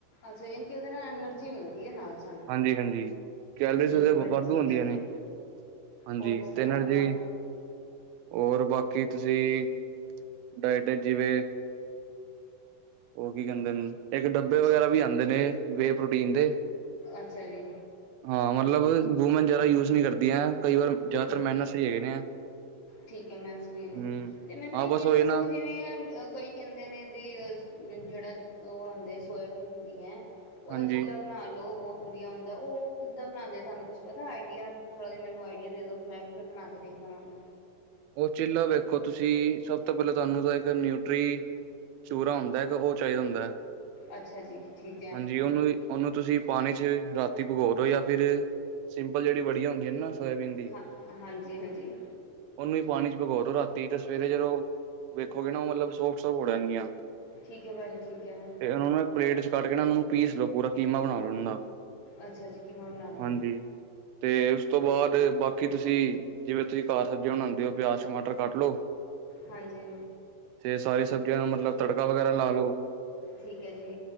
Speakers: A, on the left; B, on the right.
A: ਅੱਛਾ ਯ ਕਿ ਉਹਦੇ ਐਨਰਜੀ ਮਿਲਦੀ ਏ ਨਾਲ। ਸਾਨੂੰ
B: ਹਾਂਜੀ-ਹਾਂਜੀ। ਕੈਲਰੀਜ਼
A: ਠੀਕ ਐ ਭਾਜੀ
B: ਵਾਧੂ
A: ਠੀਕ
B: ਹੁੰਦੀਆਂ
A: ਐ ਜੀ।
B: ਨੇ। ਹਾਂਜੀ
A: ਹੋਰ ਇਸ ਤੋਂ
B: ਤੇ
A: ਇਲਾਵਾ
B: ਨਰਜੀ ਹੋਰ ਬਾਕੀ ਤੁਸੀਂ ਡਾਇਟ ਜਿਵੇਂ ਉਹ ਕੀ ਕਹਿੰਦੇ ਨੇ। ਇੱਕ ਡੱਬੇ ਵਗੈਰਾ
A: ਜੀ,
B: ਵੀ ਆਦੇ ਨੇ ਵੇ ਪ੍ਰੋਟੀਨ ਦੇ।
A: ਅੱਛਾ ਜੀ।
B: ਹਾਂ ਮਤਲਬ ਵੂਮੈਨ ਜ਼ਿਆਦਾ ਯੂਜ ਨਹੀਂ ਕਰਦੀਆ। ਕਈ ਵਾਰ ਜ਼ਿਆਦਾਤਰ
A: ਹੂੰ।
B: ਮੈਨ ਸਹੀ ਹੈਗੇ ਨੇ।
A: ਠੀਕ ਏ ਮੈਨਸਲੀਨ ਏ
B: ਹੂੰ,
A: ਤੇ ਮੈਨੂੰ
B: ਹਾਂ
A: ਇਹ
B: ਬਸ
A: ਚੀਜ਼
B: ਉਹੀ
A: ਦੱਸੋ
B: ਨਾ
A: ਕਿ ਜਿਵੇਂ ਕਈ ਕਹਿੰਦੇ ਨੇ ਜੀ ਅਹ ਜਿਹੜਾ ਉਹ ਆਦੇ ਆ ਸੋਇਆਬੀਨ ਹੁੰਦੀ ਏ। ਉਹਦਾ
B: ਹਾਂਜੀ,
A: ਚਿੱਲਾ ਬਣਾ ਲਓ ਬਹੁਤ ਵਧੀਆ ਹੁੰਦਾ। ਉਹ ਕਿੱਦਾਂ ਬਣਾਦੇ ਆ। ਤੁਹਾਨੂੰ ਕੁੱਛ ਪਤਾ ਆਈਡੀਆ ਥੋੜਾ ਜ ਮੈਨੂੰ ਵਧੀਆ ਦੇ ਦੋ ਮੈਂ ਵੀ ਫਿਰ ਬਣਾ ਕੇ ਦੇਖ ਲਵਾਂਗੀ।
B: ਉਹ ਚਿੱਲਾ ਵੇਖੋ ਤੁਸੀ ਸਭ ਤੋਂ ਪਹਿਲਾਂ ਤੁਹਾਨੂੰ ਤਾਂ ਇੱਕ ਨਿਊਟਰੀ ਚੂਰਾ ਹੁੰਦਾ ਹੈਗਾ ਉਹ ਚਾਹੀਦਾ ਹੁੰਦਾ।
A: ਅੱਛਾ ਜੀ ਠੀਕ ਹੈ
B: ਹਾਂਜੀ ਉਹਨੂੰ ਉਹਨੂੰ ਤੁਸੀ ਪਾਣੀ 'ਚ ਰਾਤੀ ਭਗੋ ਦੋ ਜਾਂ ਫਿਰ ਸਿੰਪਲ ਜਿਹੜੀ ਵੜੀਆ ਹੁੰਦੀ ਨਾ ਸੋਇਆਬੀਨ ਦੀ।
A: ਹਾਂ, ਹਾਂਜੀ-ਹਾਂਜੀ।
B: ਉਹਨੂੰ ਵੀ ਪਾਣੀ ਚ ਭਗੋ ਦੋ ਰਾਤੀ ਤੇ ਸਵੇਰੇ ਜਦ ਉਹ ਵੇਖੋਗੇ ਨਾ ਉਹ ਮਤਲਬ ਸੋਟ-ਸੋਪ ਹੋ ਜਾਣਗੀਆਂ।
A: ਠੀਕ ਏ ਭਾਜੀ ਠੀਕ ਏ।
B: ਤੇ ਉਹਨਾਂ ਨੂੰ ਇੱਕ ਪਲੇਟ ਚ ਕੱਢ ਕੇ ਨਾ। ਉਹਨਾਂ ਨੂੰ ਪੀਸ ਲੋ ਪੂਰਾ ਕੀਮਾ ਬਣਾ ਲੋ ਉਹਨਾਂ ਦਾ।
A: ਅੱਛਾ ਜੀ ਕੀਮਾ ਬਣਾ ਲੈਣਾ।
B: ਹਾਂਜੀ, ਤੇ ਉਸ ਤੋਂ ਬਾਅਦ ਬਾਕੀ ਤੁਸੀ ਜਿਵੇਂ ਤੁਸੀਂ ਘਰ ਸਬਜ਼ੀਆਂ ਬਣਾਉਂਦੇ ਹੋ। ਪਿਆਜ਼, ਟਮਾਟਰ ਕੱਟ ਲਓ।
A: ਹਾਂਜੀ।
B: ਤੇ ਸਾਰੀਆ ਸਬਜ਼ੀਆਂ ਨੂੰ ਮਤਲਬ ਤੜਕਾ ਵਗੈਰਾ ਲਾ ਲੋ।
A: ਠੀਕ ਏ ਜੀ।